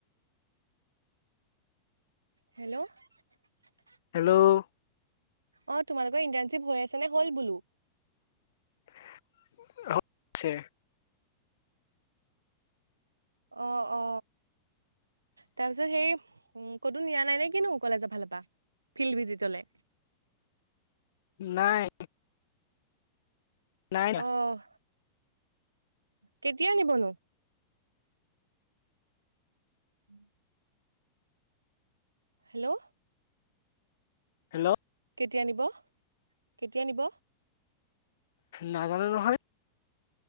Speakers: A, on the right; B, on the left.
A: হেল্ল' <unintelligible>
B: হেল্ল'
A: অ তোমালোকৰ ইণ্টাৰ্ণশ্বিপ হৈ আছে নে হল বোলো
B: হয় <unintelligible>
A: অ অ তাৰপিছত সেই ক'তো নিয়া নাই নে কিনো কলেজৰ ফালৰ পৰা ফিল্ড ভিজিটলে
B: নাই নাই না।
A: অহ কেতিয়া নিবনো উম <inaudible> হেল্ল'
B: হেল্ল'
A: কেতিয়া নিব কেতিয়া নিব?
B: নাজানো নহয়